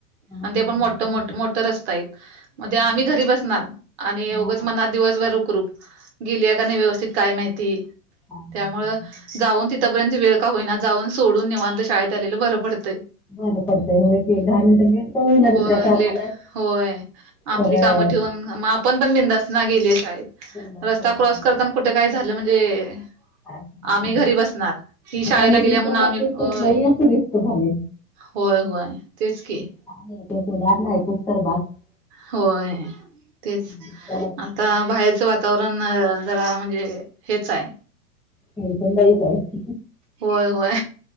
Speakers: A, in the centre; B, on the right.
A: हां
B: आणि ते पण
A: हां
B: मोठ
A: होय.
B: मो मोठं रस्ते म्हणे
A: हं.
B: आम्ही घरी बसणार आणि
A: हां
B: उगाच
A: हां.
B: मनात दिवसभर रुख रुख. गेली का नाही व्यवस्थित काय माहिती
A: काय नाही.
B: त्यामुळं जाऊन तिथपर्यंत वेळ का होईना जाऊन सोडून निवांत शाळेत आलेलं बरं पडतंय.
A: बरं पडतय होय की एक दहा मिनिटं मिेळत होईना
B: होय
A: दुसऱ्या कामाला
B: लेट होय. आपली
A: खरं
B: कामं ठेवून पण पण बिंदास्तना गेलीय शाळेत
A: दंडाचं
B: रस्ता क्रॉस करताना कुठे काय झालं म्हणजे
A: काय करायचं
B: आम्ही घरी बसणार ही शाळेला
A: आता मुलींच्या
B: गेल्या म्हणून
A: बाबतीत
B: आम्ही होय
A: तर लयच रिस्क झाले
B: होय होय तेच की
A: <unintelligible>
B: होय तेच
A: त्या बाबतीत
B: आता बाहेरचं वातावरण वातावरण जरा म्हणजे हेच आहे.
A: त्यांश नाहीईच <unintelligible>
B: होय होय